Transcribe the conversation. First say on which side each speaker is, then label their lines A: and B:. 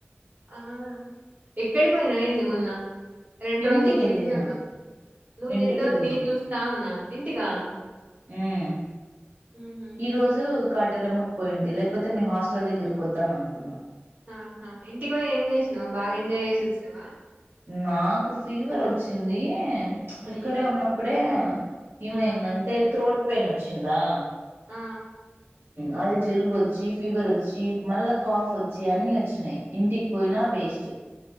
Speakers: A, on the right; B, on the right.
A: ఆ ఎక్కడికి పోయినా ఏంది మొన్న రెండు
B: ఇంటికెళ్ళిన
A: రోజులు బిజీ ఉన్నావు నువ్వు
B: ఇంటికెళ్ళిన
A: చేద్దావని నేను చూస్తా ఉన్నా ఇంటికా
B: హ్మ్
A: ఊహు
B: ఈ రోజు కాటరమ్మ పోయింటి లేకపోతే మీ హాస్టల్ దగ్గరకి వద్దాం అనుకున్నా
A: ఆహా ఇంటికి ఏం చేసినా్ బాగా ఎంజాయ్ చేసి వచ్చినావా
B: నాకు ఫీవర్ వచ్చింది ఇక్కడే
A: అయ్యో
B: ఉన్నప్పుడే ఏమైందంటే
A: ఆ
B: త్రోట్ పెయిన్ వచ్చిందా
A: ఆ
B: అదిే జలుబు వచ్చి ఫీవర్ వచ్చి మళ్ళా కాఫ్ వచ్చి అన్ని వచ్చినాయి ఇంటికి పోయినా వేస్ట్